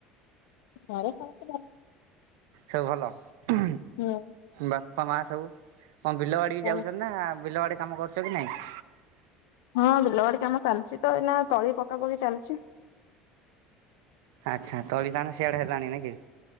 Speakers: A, on the left (about 85°); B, on the right (about 80°).
A: ଘର ସମସ୍ତେ ଭଲ।
B: ସବୁ ଭଲ, ଉଁ।
A: ହଁ।
B: ବାପା ମା ସବୁ କଣ ବିଲ ବାଡିିକି
A: ଭଲ।
B: ଯାଉଛନ୍ତି। ନା ବିଲ ବାଡି କାମ କରୁଚ କି ନାଇଁ?
A: ହଁ ବିଲବାଡି କାମ ଚାଲିଚିତ ଏଇନା ତଳି ପକା ପକି ଚାଲିଚି।
B: ଆଚ୍ଛା ତଳି ତାନେ ସିଆଡେ ହେଲାଣି ନାଇଁ କି?